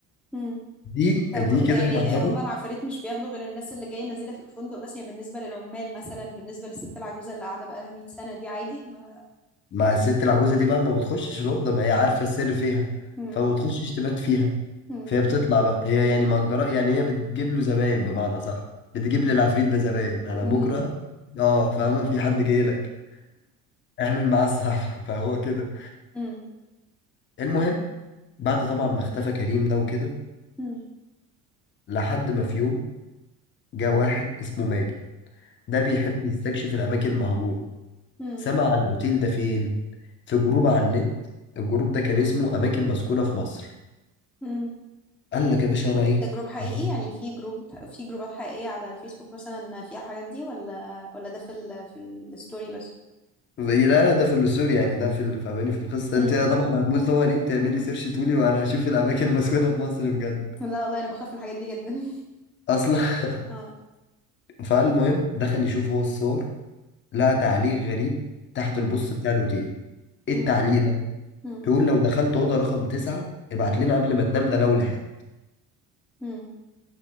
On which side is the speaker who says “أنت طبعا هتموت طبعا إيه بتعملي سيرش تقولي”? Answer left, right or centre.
Left